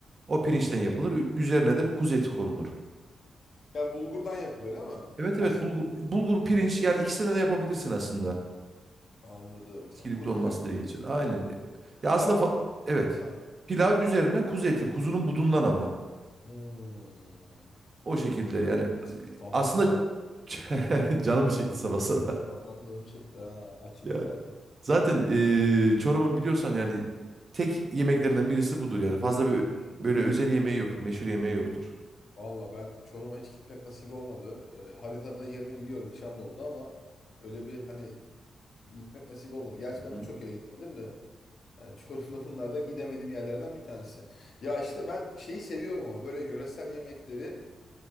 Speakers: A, on the right (about 40°); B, on the left (about 55°).
A: O pirinçten
B: Ha
A: yapılır.
B: evet.
A: Ü- Üzerine
B: Ha.
A: de bir kuzu eti konulur.
B: Yani bulgurdan yapılıyor değil mi?
A: Evet evet
B: Aslında
A: bulgur, bulgur pirinç yani ikisinden de yapabilirsin aslında.
B: anladım.
A: İskilip
B: Ya kuz
A: dolması
B: yani
A: diye geçer. Aynen. Ya
B: pilav
A: aslında fa- evet.
B: Ha.
A: Pilav üzerine kuzu eti. Kuzunun budundan ama.
B: Hmm.
A: O şekilde
B: Ah,
A: yani
B: Sabah
A: aslında
B: sabah
A: <laughs>
B: ya.
A: canımı çekti sabah sabah.
B: Vallahi canım çekti ha. Açım
A: Ya.
B: da zaten.
A: Zaten eee, Çorum'un biliyorsan yani tek yemeklerinden birisi budur yani. Fazla bir böyle
B: Hmm.
A: özel yemeği yoktur, meşhur yemeği yoktur.
B: Valla ben Çorum'a hiç gitmek nasip olmadı. Ee, haritada yerini biliyorum. İşan da oldu ama öyle bir hani gitmek nasip olmadı. Gerçi
A: Hı
B: ben
A: hı.
B: birçok yere gitmedim de. Yani Çorum'da bunlardan gidemediğim yerlerden bir tanesi. Ya işte ben şeyi seviyorum ama böyle yöresel yemekleri